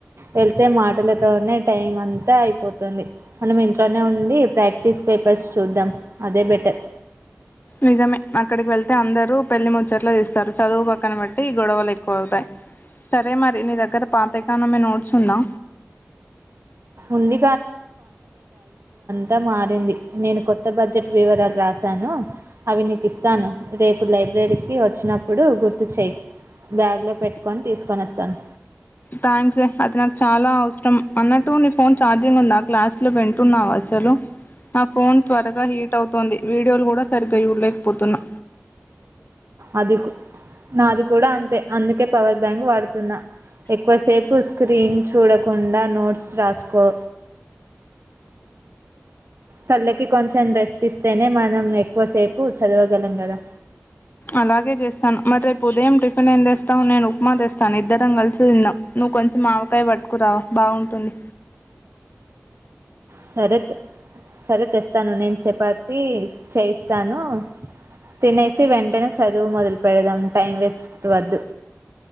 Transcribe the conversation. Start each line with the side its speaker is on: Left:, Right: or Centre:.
Right: వెళ్తే మాటలతోనే టైం అంతా అయిపోతుంది. మనం ఇంట్లోనే ఉండి, ప్రాక్టీస్ పేపర్స్ చూద్దాం అదే బెటర్.
Left: నిజమే అక్కడికి వెళ్తే అందరూ పెళ్లి ముచ్చట్లు ఇస్తారు. చదువు పక్కన పెట్టి ఈ గొడవలు ఎక్కువ గా అవుతాయి. సరే మరి నీ దగ్గర పాత ఎకానమీ నోట్స్ ఉందా?
Right: ఉంది గా మారింది నేను కొత్త బడ్జెట్ వివరాలు రాసాను. అవి నీకు ఇస్తాను. రేపు లైబ్రరీకి వచ్చినప్పుడు గుర్తు చెయి బ్యాగ్లో పెట్టుకొని తీసుకొని వస్తాను.
Left: థ్యాంక్స్ రే అది నాకు చాలా అవసరం అన్నట్టు నీ ఫోన్ ఛార్జింగ్ ఉందఆ క్లాసులో వింటున్నావ. అసలు నా ఫోన్ త్వరగా హీట్ అవుతుంది. వీడియోలు కూడా సరిగ్గా చూడలేకపోతున్నా.
Right: అది నాది కూడ అంతే అందుకే పవర్ బ్యాంక్ వాడుతున్నా ఎక్కువసేపు స్క్రీన్ చూడకుండ నోట్స్ రాసుకో కళ్ళకి కొంచెం రెస్ట్ ఇస్తేనే, మనం ఎక్కువసేపు చదవగలం కదా.
Left: అలాగే చేస్తాను. మరి రేపు ఉదయం టిఫిన్ ఏం తెస్తావు? నేను ఉప్మా తెస్తాను. ఇద్దరం కలిసి తిందాం. నువ్వు కొంచెం ఆవకాయ పట్టుకురావ. బాగుంటుంది.
Right: సరే సరే తెస్తాను నేను చపాతి చేయిస్తాను తినేసి వెంటనే చదువు మొదలు పెడదాం. టైం వేస్ట్ వద్దు